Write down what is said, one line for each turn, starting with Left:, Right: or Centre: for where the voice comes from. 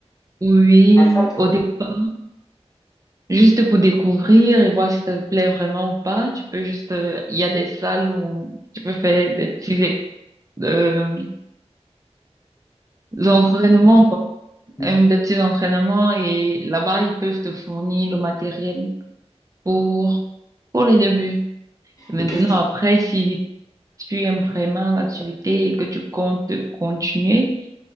Right: oui,
Left: Ouais, ça,
Right: au départ, juste pour découvrir et voir si ça te plaît vraiment ou pas, tu peux juste, euh, il y a des salles où tu peux faire des petits euh, entraînements, quoi.
Left: le-
Right: euh, des petits entraînements et là-bas, ils peuvent te fournir le matériel pour, pour les débuts. Et maintenant,
Left: Et qu'est-ce qui,
Right: après, si tu aimes vraiment l'activité et que tu comptes continuer,